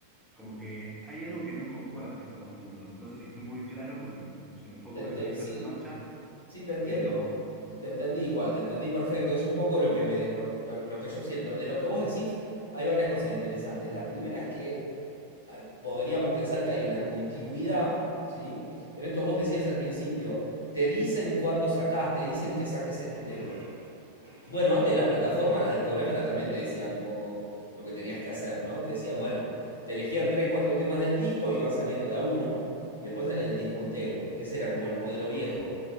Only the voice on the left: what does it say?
Ente-
sí,
Sí, te entiendo.
po- Te entendí igual, te entendí perfecto. Es un poco lo que me, lo, lo- lo que yo siento. De lo que vos decís, hay varias cosas interesantes. La primera es que eh, podríamos pensar que hay una continuidad, ¿sí? En esto vos decías al principio, te dicen cuándo sacás, te dicen que saques este tema. Bueno, antes de las plataformas, las discográficas también te decían un poco lo que tenías que hacer, ¿no? Te decían, bueno, te elegían tres, cuatro temas del disco y iban saliendo de a uno, y después salía el disco entero. Ese era como el modelo viejo.